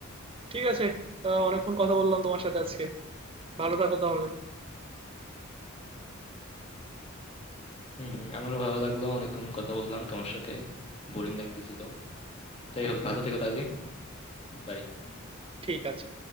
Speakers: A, on the right; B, on the left.
A: ঠিক আছে তা অনেকক্ষণ কথা বললাম তোমার সাথে আজকে ভালো থাকো তাহলে
B: হম হম আমারও ভালো লাগলো অনেকক্ষণ কথা বললাম তোমার সাথে বোরিং লাগতেছিল যাই হোক ভালো থেকো তাহলে বাই
A: ঠিক আছে